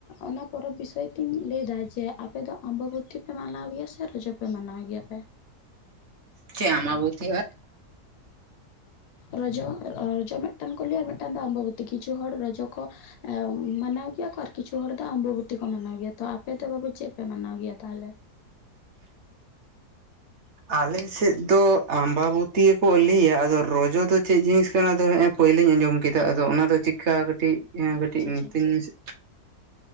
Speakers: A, on the left (about 80°); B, on the right (about 50°).
A: ᱚᱱᱟ ᱯᱚᱨᱚᱵᱽ ᱵᱤᱥᱚᱭ ᱛᱮᱧ ᱞᱟᱹᱭᱫᱟ ᱡᱮ ᱟᱯᱮ ᱫᱚ ᱟᱢᱵᱟᱵᱚᱛᱤ ᱯᱮ ᱢᱟᱱᱟᱣ ᱜᱮᱭᱟ, ᱥᱮ ᱨᱚᱡᱚ ᱯᱮ ᱢᱟᱱᱟᱣ ᱜᱮᱭᱟᱯᱮ?
B: ᱪᱮᱫ ᱟᱢᱟᱵᱚᱛᱤ ᱟᱨ?
A: ᱨᱚᱡᱚ ᱚ ᱨᱚᱡᱚ ᱢᱤᱫᱴᱟᱝ ᱠᱚ ᱞᱟᱹᱭᱟ ᱟᱨ ᱢᱤᱫᱴᱟᱝ ᱫᱚ ᱟᱢᱵᱟᱵᱚᱛᱤ ᱠᱤᱪᱷᱩ ᱦᱚᱲ ᱨᱚᱡᱚ ᱠᱚ ᱮ ᱢᱟᱱᱟᱣ ᱜᱮᱭᱟ ᱠᱚ ᱟᱨ ᱠᱤᱪᱷᱩ ᱦᱚᱲ ᱫᱚ ᱟᱢᱵᱟᱵᱚᱛᱤ ᱠᱚ ᱢᱟᱱᱟᱣ ᱜᱮᱭᱟ ᱛᱚ ᱟᱯᱮ ᱫᱚ ᱵᱟᱹᱵᱩ ᱪᱮᱫ ᱯᱮ ᱢᱟᱱᱟᱣ ᱜᱮᱭᱟ ᱛᱟᱦᱞᱮ?
B: ᱟᱞᱮ ᱥᱮᱫ ᱫᱚ ᱟᱢᱵᱟᱵᱚᱛᱤ ᱜᱮᱠᱚ ᱟᱹᱞᱤᱹᱭᱟ᱾ ᱟᱫᱚ ᱨᱚᱡᱚ ᱫᱚ ᱪᱮᱫ ᱡᱤᱱᱤᱥ ᱠᱟᱱᱟ ᱫᱚ ᱦᱮᱸ ᱮ ᱯᱳᱭᱞᱳᱧ ᱟᱸᱡᱚᱢ ᱠᱮᱫᱟ, ᱟᱫᱚ ᱚᱱᱟ ᱫᱚ ᱪᱤᱠᱠᱟ ᱠᱟᱹᱴᱤᱡ ᱠᱟᱹᱴᱤᱡ
A: ᱟᱪᱪᱷᱟ ᱟᱪᱪᱷᱟ
B: ᱢᱤᱛᱟᱹᱧ ᱢᱮᱥᱮ,